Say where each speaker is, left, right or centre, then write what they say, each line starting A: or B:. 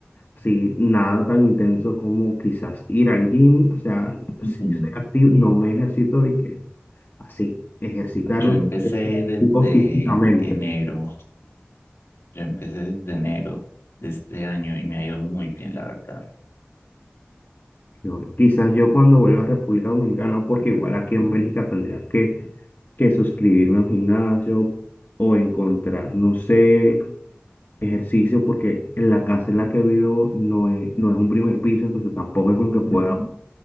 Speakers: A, on the left (about 50°); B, on the left (about 85°).
A: sí, nada tan intenso como quizás ir al gym, o sea, si
B: ujú.
A: soy activo, no me ejercito de que así, ejercitarme
B: Yo empecé
A: o sea, activo
B: desde
A: físicamente.
B: enero. Yo empecé desde enero de este año y me ha ido muy bien, la verdad.
A: No, quizás yo cuando vuelva a República Dominicana, no, porque igual aquí en Bélgica tendría que, que suscribirme a un gimnasio o encontrar, no sé, ejercicio, porque en la casa en la que vivo no es, no es un primer piso, entonces tampoco es como que pueda
B: Ujú.